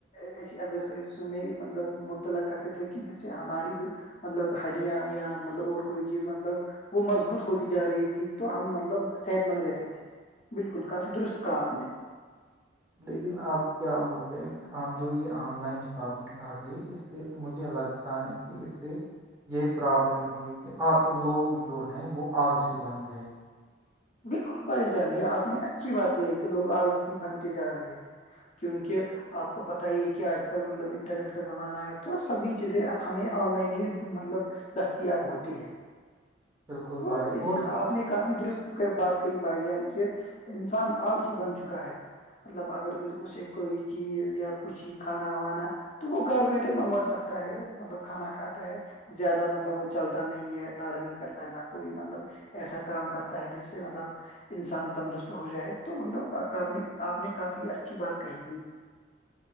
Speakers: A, on the left (about 40°); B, on the right (about 15°).
A: ایسی ایگزرسائزوں میں مطلب مبطلاع کرتے تھے کہ جس سے ہماری بھی مطلب ہڈیا یا مطلب اور کوئی چیز مطلب وہ مضبوط ہوتی جا رہی تھی تو ہم مطلب صحت مند رہتے تھے بالکل کافی درست کہا آپ نے
B: لیکن اب کیا ہو گیا کہ جو یہ آن لائن شاپنگ آ گئی اس سے مجھے لگ تھا ہے کہ اس سے یہ پرابلم ہوئی کہ آ لوگ جو ہیں وہ آلسی بن گئے ہیں
A: بالکل بھائی جان یہ آپ نے اچھی بات کہ ہے کہ لوگ آلسی بنتے جا رہے ہیں کیونکہ آپ کو پت ہی کہ آج کل مطلب انٹرنیٹ کا زمانہ ہے تو سبھی چیزیں ہمیں آن لائن ہی مطلب دستیاب ہوتی ہے
B: بالکل
A: تو
B: بھائی
A: اس
B: اور
A: آپ نے کافی درست بات کای بھائی جان کی انسان آلسی بن چکا ہے مطلب اگر اسے کوئی چیز یا کچھ ہی کھانا وانا تو وہ گھر بیٹھے منگوا سکتا ہے مطلب کھانا کھاتا ہے زیادہ مطلب وہ چلتا نہیں ہے نہ رننگ کرتا ہے نہ کوئی مطلب ایسا کام کرتا تا ہے جس سے مطلب انسان تندرست ہو جائے تو مطلب آپ نے آپ نے کافی اچھی بات کہی ہے